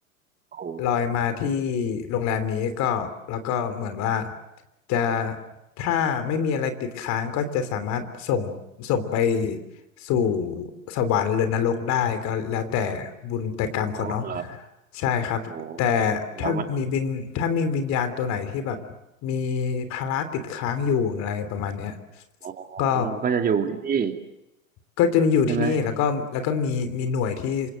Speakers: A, on the right (about 20°); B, on the left (about 40°).
A: โอ้โห
B: ลอยมาที่โรงแรมนี้ก็แล้วก็เหมือนว่าจะถ้าไม่มีอะไรติดค้างก็จะสามารถส่งส่งไปสู่สวรรค์หรือนรกได้ก็แล้วแต่บุญแต่กรรมเขาเนาะ
A: โอ้เหรอ
B: ใช่ครับแต่
A: โอ้โห
B: ถ้ามีวิญถ้ามีวิญญาณตัวไหนที่แบบ
A: แล้วมัน
B: มีภาระติดค้างอยู่อะไรประมาณเนี้ย
A: อ๋อ
B: ก็
A: ก็จะอยู่ที่นี่
B: ก็จะมาอยู่ที่นี่แล้วก็แล้วก็มีมีหน่วยที่
A: ใช่ไหม